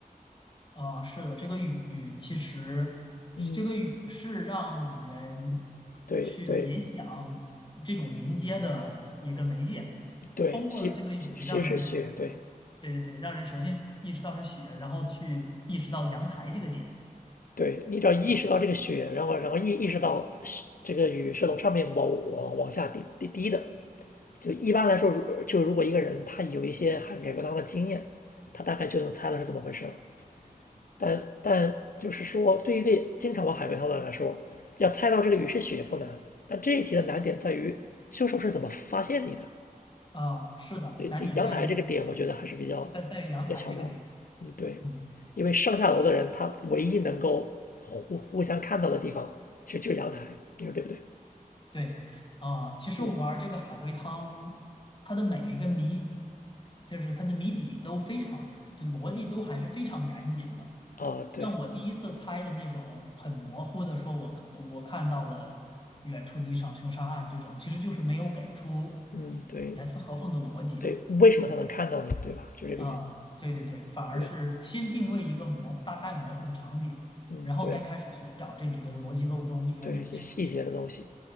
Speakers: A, on the left; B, on the left.
A: 啊，是的，这个雨其实这个雨是让人去联想这种临街的一个媒介，
B: 嗯，对对对，
A: 通过了这个雨让人，
B: 其其其实是血，对
A: 对对对，让人首先意识到是雪，然后去意识到阳台这个点。
B: 对，你只要意识到这个雪，
A: 啊。
B: 然后然后意意识到是这个雨是从上面往往往下滴滴滴的，就一般来说，如就如果一个人他有一些海海龟汤的经验，他大概就能猜到是怎么回事儿但但就是说，对于一个经常玩海龟汤的人来说，要猜到这个雨是雪不难，但这一题的难点在于凶手是怎么发现你的。
A: 啊，是的，
B: 对对，
A: 难点在于
B: 阳台这个点我觉得还是比较
A: 在在于阳台这个点。
B: 比较巧妙的。嗯，对，
A: 嗯，
B: 因为上下楼的人他唯一能够互互相看到的地方，其实就是阳台，你说对不对？
A: 对，啊，其实我玩这个海龟汤，
B: 对，
A: 它的每一个谜，就是它的谜底都非常，就逻辑都还是非常严谨的。
B: 啊，
A: 像我第一次猜的那种很模糊的，
B: 对，
A: 说我我看到了远处的一场凶杀案这种，其实就是没有给出一严丝合缝的逻辑。
B: 嗯，对对，为什么他能看到你，对吧？就这个原因。
A: 啊，对对对，反而是先定位一个模大概模糊的场景，
B: 对，嗯，
A: 然后再开始寻找这里边的逻辑漏洞，
B: 对
A: 一点点的去补全。
B: 对，一些细节的东西。